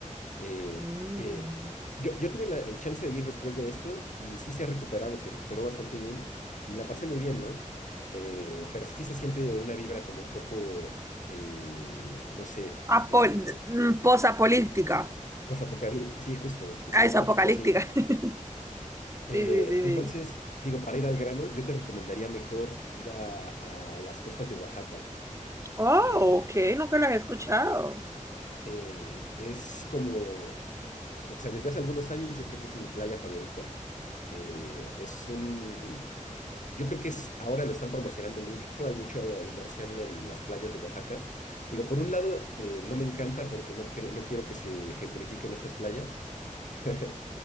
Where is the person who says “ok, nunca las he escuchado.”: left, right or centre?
Right